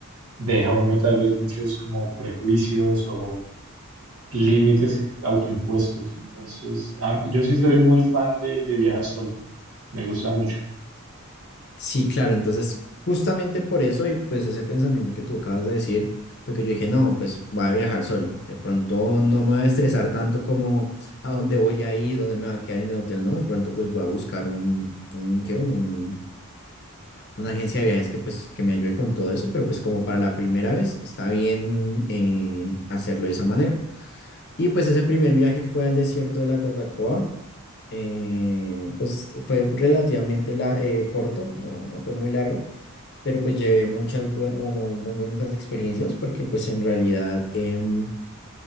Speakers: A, on the right; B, on the left.
A: deja uno tal vez muchos como prejuicios o límites autoimpuestos. Entonces, a- yo sí soy muy fan de, de viajar solo, me gusta mucho.
B: Sí, claro, entonces justamente por eso y pues ese pensamiento que tú acabas de decir fue que yo dije, no, pues voy a viajar solo, de pronto no me voy a estresar tanto como a dónde voy a ir, dónde me va a quedar en el hotel, no, de pronto pues voy a buscar un, un ¿qué? Un, una agencia de viajes que pues que me ayude con todo eso, pero pues como para la primera vez está bien eh, hacerlo de esa manera. Y pues ese primer viaje fue al desierto de la Tatacoa eh, pues fue relativamente la, eh, corto, no, no fue muy largo, pero pues llevé muchas bue- o mu- muy bonitas experiencias porque pues en realidad em,